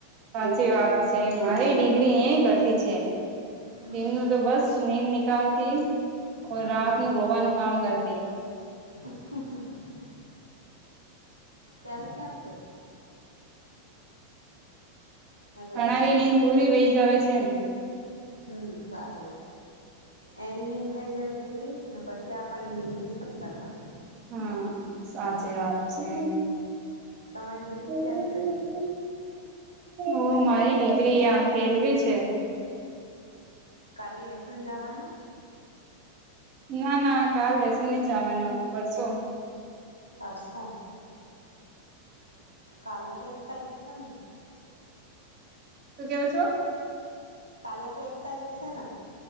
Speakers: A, on the right; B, on the left.
A: સાચી વાત છે મારી દીકરી એ કરતી છે.
B: હમ્મ
A: દિન નું તો બસ નીંદ નિકાલતી
B: હમ્મ.
A: રાત નું રોવાનું કામ કરતી.
B: <unintelligible> ત્યારે ક્યાં છે હેલો
A: અનારી ને એને પુરી વહી જ આવે છે ને
B: હમ સારું એની નીંદ થઇ જાય પૂરી અને પછી આપણ એને ડિસ્ટર્બ કરવાનું
A: હા સાચી વાત છે.
B: તમારી દીકરી
A: <inaudible>
B: ક્યાં છે?
A: હો મારી દીકરી આં ખેલવી છે.
B: કાલે લેસન જવાના
A: ના ના કાલ લેશન નહી જવાનું પરશો
B: પરસો કાલે તો એક તારીખ છે ને?
A: શું કેવો છો
B: કાલે તો એક તારીખ છે ને